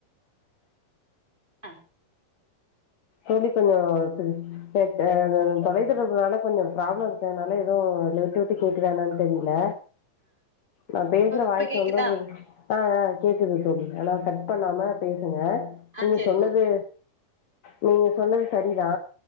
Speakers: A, on the right; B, on the left.
A: அ
B: தோழி கொஞ்சோ <unintelligible> செட்டு அந்தந்த தொலைத் தொடர்புனால கொஞ்சோ ப்ராப்ளம் இருக்கர்துனால எதோ அதுல விட்டு விட்டு கேக்குத்தா என்னனு தெரில நா பேஸ்ற
A: இப்ப இப்ப
B: வாய்ஸ்
A: கேக்குதா
B: வந்து உங்களுக் அ அ கேக்குது தோழி அனா கட் பண்ணாம பேசுங்க
A: ஆ
B: நீங்க
A: சரி
B: சொன்னது
A: ஓகே
B: நீங்க சொன்னது சரிதா